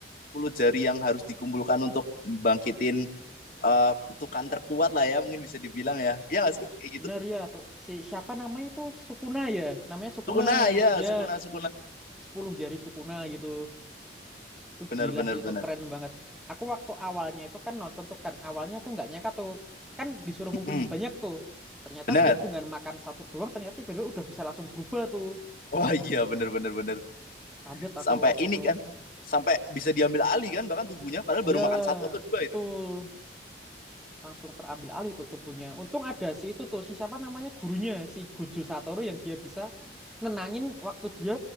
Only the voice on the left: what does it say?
10 jari yang harus dikumpulkan untuk membangkitin eh, kutukan terkuat lah ya mungkin bisa dibilang ya iya nggak sih kayak
gitu
sukuna ya
sukuna sukuna
benar
benar
benar
Mm-mm,
benar
wah iya benar benar benar
sampai
ini
kan sampai bisa diambil alih kan bahkan tubuhnya padahal
baru makan satu atau dua
itu